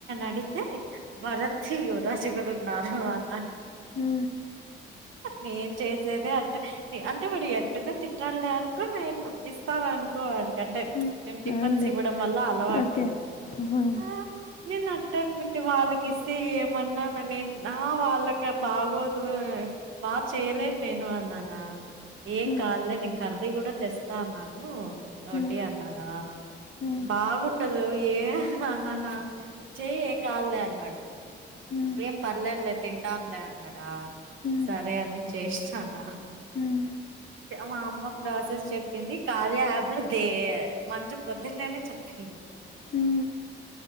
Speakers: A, on the right (about 75°); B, on the left (about 35°).
A: అడిగితే భరత్ యువరాజు కూడా ఉన్నారు అన్నాడు
B: హు
A: నేం చేసేదే అట్ట అంటే వాడు ఎట్టున్న తింటల్లే అని ఇ నేను ఇస్తాను అనుకో వాడి కంటే అంటే
B: హ్మ్
A: మేము టిఫిన్స్
B: అవునులే
A: ఇవ్వడం వల్ల అలవాటు
B: ఓకే హ్మ్
A: ఆ నిన్న అనుకుంటే వాళ్ళకి ఇస్తే ఏమన్నాను నే వాళ్ళకి బాగోదు బాగా చేయలేని నేను అన్నానా ఏం
B: హ్మ్
A: కాదులే నేను మళ్ళీ కూడా తెస్తా అన్నాను ఒకటి
B: హ్మ్
A: అన్నాడా
B: హ్మ్
A: బాగుండదు ఏ అన్నానా చెయి ఏం కాదులే అన్నాడు
B: హ్మ్ హ్మ్
A: ఏం పర్లేదులే తింటాంలే అన్నాడా
B: హ్మ్
A: సరే అని చేసినానా
B: హ్మ్
A: మా అమ్మ ప్రాసెస్ చెప్పింది కార్య యాప్లు దే మంజు పొద్దున్న అనే చెప్పింది
B: హ్మ్